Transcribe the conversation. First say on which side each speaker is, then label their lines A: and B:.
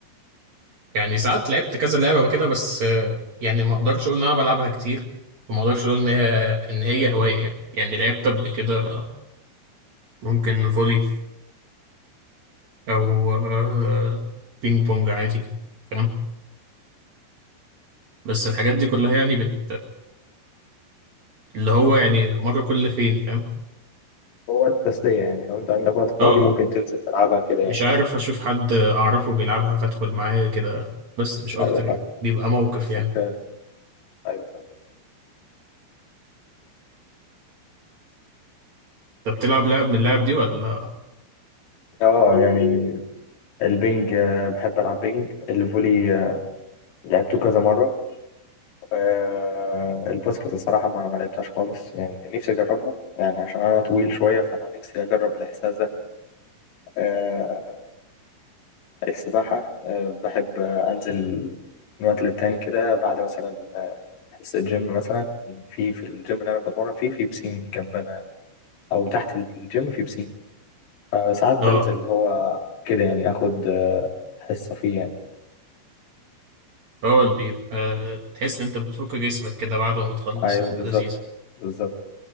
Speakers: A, on the right; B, on the left.
A: يعني ساعات لعبت كذا لعبة كده بس آه، يعني ما اقدرش اقول ان انا بلعبها كتير وما اقدرش اقول ان هي ان هي هواية يعني يعني لعبت قبل كده ممكن فولي او آه، بينج بونج عادي فاهم بس الحاجات دي كلها يعني بت اللي هو يعني مرة كل فين فاهم
B: هو التسلية يعني لو انت عندك وقت فاضي
A: اه
B: ممكن
A: اه
B: تنزل تلعبها كده
A: مش
B: يعني
A: عارف اشوف حد اعرفه بيلعبها فادخل معاه كده بس مش اكتر
B: ايوه فاهم
A: يعني بيبقى موقف يعني
B: اوكي ايوه فاهم
A: انت بتلعب لعب من اللعب دي ولا
B: اه يعني البنج آه، بحب العب بنج الفولي آه، لعبته كذا مرة آه، الباسكت الصراحة ما ما لعبتهاش خالص يعني نفسي أجربها يعني عشان أنا طويل شوية فأنا نفسي أجرب الإحساس ده آه، السباحة آه، بحب آه، أنزل من وقت للتاني كده بعد مثلا آه، حصة جيم مثلا في في الجيم اللي أنا بتمرن فيه في بسين جنبنا يعني، أو تحت الجيم في بسين فساعات بنزل
A: اه
B: اللي هو كده يعني آخد آه، حصة فيه يعني
A: اه اللي بيبقى تحس إن انت بتفك جسمك كده بعد ما بتخلص
B: أيوه
A: يبقى
B: بالظبط
A: لذيذ
B: بالظبط